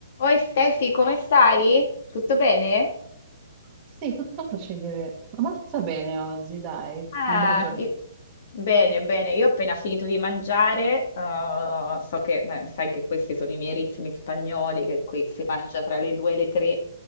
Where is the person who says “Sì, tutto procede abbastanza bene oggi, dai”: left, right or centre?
Right